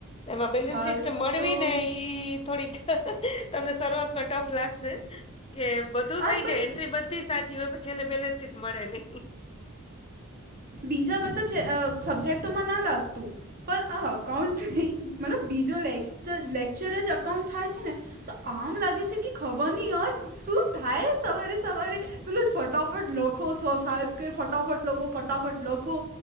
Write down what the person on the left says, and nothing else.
એમાં બેલેન્સ
સીટ મળવી
નઈ. થોડીક તમને સ કટઓફ લાગશે કે બધું
થઈ
જાય એન્ટ્રી બધી સાચી હોય છેલ્લે પેલ્લે. મળે નહી.